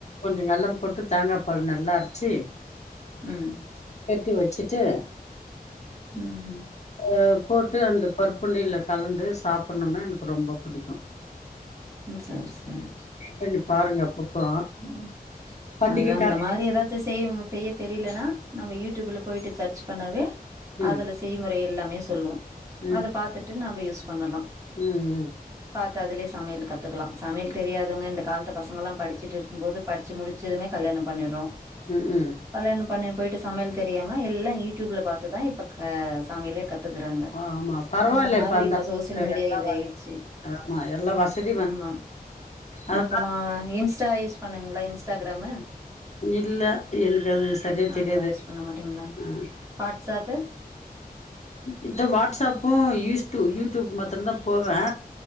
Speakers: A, on the left; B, on the right.
A: கொஞ்ச வெள்ளம் போட்டு தேங்காபால் நல்லா அரைச்சி
B: ம்
A: குட்டி வச்சிட்டு
B: ம்ஹ்ம்.
A: அஹ் போட்டு அந்த பருப் புண்டைய்ல கலந்து சாப்புணும்னா எனக்கு ரொம்ப புடிக்கும்
B: ம் சரி சரி
A: பண்ணி பாருங்க அப்பப்போ
B: ம்
A: பண்டிகை
B: அ அந்த
A: கால
B: மாதிரி ஏதாச்சும் செய் செய்ய தெரிலனா நம்ம யூடிப்ல போயிட்டு சர்ச் பண்ணாவே
A: ம்
B: அதுல செய்முறை எல்லாமே சொல்லும்
A: ம்
B: அத பாத்துட்டு நம்ப யூஸ் பண்ணலாம்
A: ம்
B: பாத் த துலே சமையல் கத்துக்கலா சமையல் தெரியாதவங்க இந்த காலத்த பசங்கள் எல்லாம் படிச்சுட்டு இருக்கும் போது படிச்சி முடிச்சதுமே கல்யாணம் பண்ணிறோம்
A: ம் ம் ம்
B: கல்யாண பணி போயிட்டு சமையல் தெரியாம எல்லாம் யூடியூப்ல பாத்துதான் இப்ப சமைலே கத்து கத்துகுறாங்க
A: ஆமா பரவால்ல
B: அந்த மாதிரி
A: அந்த
B: இப்ப சோசியல் மீடியா
A: எல்லா
B: இது ஆயிச்சு
A: ஆமா எல்லா வசதி வந்து
B: இம்மா
A: அத
B: அப்றமா ஸ்டா யூஸ் பண்ணுவிங்களா இன்ஸ்டாகிராமு
A: இல்ல எனக்கு அது சரியா தெரியாது
B: அதெல்லா யூஸ் பண்ண மாட்டீங்களா
A: அஹ்
B: வாட்ஸ்அப்பு
A: இந்த வாட்ஸ்அப்பூ யூஸ்டு யூடியூப் மட்டுதா போவே